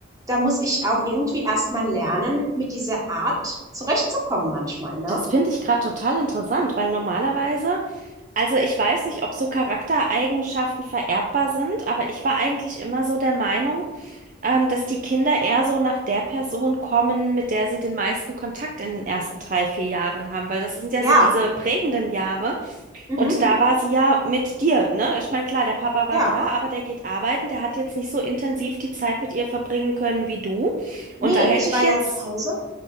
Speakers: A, on the right; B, on the right.
A: da muss ich auch irgendwie erstmal lernen, mit dieser Art zurechtzukommen manchmal, ne?
B: Das finde ich gerade total interessant, weil normalerweise, also ich weiß nicht, ob so Charaktereigenschaften vererbbar sind, aber ich war eigentlich immer so der Meinung, ähm, dass die Kinder eher so nach der Person kommen, mit der sie den meisten Kontakt in den ersten drei, vier Jahren haben, weil das sind ja
A: Ja.
B: so diese prägenden Jahre,
A: Mhm.
B: Und da war sie ja mit dir, ne? Ich meine, klar, der Papa war
A: Ja.
B: da, aber der geht arbeiten, der hat jetzt nicht so intensiv die Zeit mit ihr verbringen können wie du. Und
A: Nee,
B: da hätte
A: ich
B: ich
A: war ja
B: jetzt,
A: zu Hause.